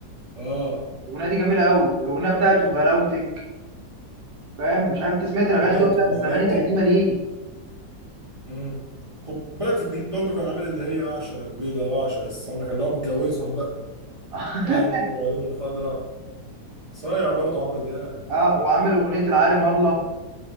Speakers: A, on the right (about 45°); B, on the right (about 60°).
A: اه
B: الاغنيه دي جميله قوي والاغنيه بتاعته غلاوتك فاهم مش عارف انت سمعت الاغاني
A: وحلاوتك
B: دي ولا لا
A: وحلاوتك
B: بس الاغاني دي قديمه ليه
A: مم. خد بالك في الجديد برضه كان عامل اللي هي اعشق البيضه واعشق السمره كان اللي هو متجوزهم بقى
B: <laughs>
A: اه ام العيون الخضراء صايع برضه عمرو دياب
B: اه وعامل اغنيه العالم الله